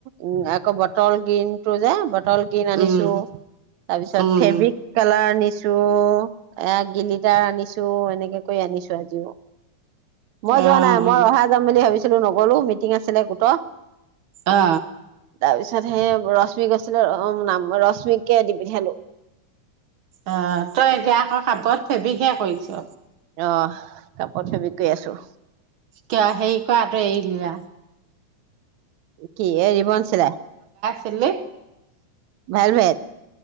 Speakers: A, on the right; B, on the right.
A: উ আকৌ বটল গ্ৰীণ টো যে ব বটল গ্ৰীন আনিছো
B: উম,
A: তাৰ পিছত
B: উম।
A: ফেব্ৰিক কালাৰ আনিছো। টো এ গিলিটাৰ আনিছো এনেকে কৰি আনিছো। চজিিব মই
B: অ',
A: যোৱা নাই মই অহা যাম বুলি ভাবিছো নগলো মিটিং আছিলে গোটৰ।
B: অ
A: তাৰপিছত সেই ৰশ্মি গৈছিলে অ নাম ৰশ্মিকে দি পঠিয়ালোঁ।
B: অ তই এতিয়া আকৌ খাপত। হেভিকৈ কৰিছো।
A: অ', কাপোৰ চেবি কৰি আছো।
B: কিয় হেৰি কৰাটো এৰি দিলা?
A: কি হৰি বনছিলে
B: তেনে
A: ভেল ভেট